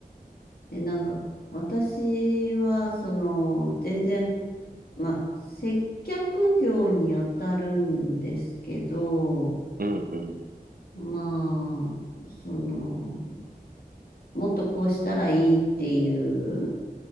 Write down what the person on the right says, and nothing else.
うん、うん、